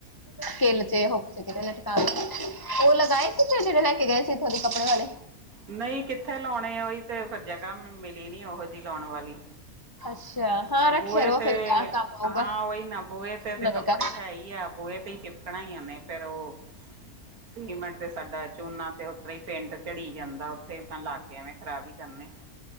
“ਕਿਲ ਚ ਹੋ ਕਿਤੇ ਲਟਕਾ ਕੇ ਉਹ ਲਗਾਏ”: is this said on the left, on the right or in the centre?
Left